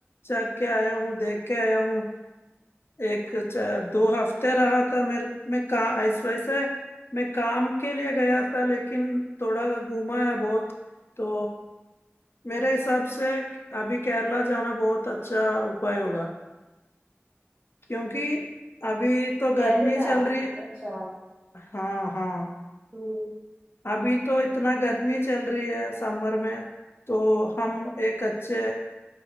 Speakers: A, on the left; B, on the right.
A: जाके आया हूँ देख के आया हूँ एक च- दो हफ्ते रहा था मेरे मैं का इस वजह से मैं काम के लिए गया था लेकिन थोड़ा घूमा है बहुत तो मेरे हिसाब से अभी केरला जाना बहुत अच्छा उपाय होगा क्योंकि अभी तो
B: केरला
A: गर्मी चल रही
B: अच्छा
A: हाँ हाँ
B: हम्म
A: अभी तो इतना गर्मी चल रही है समर में तो हम एक अच्छे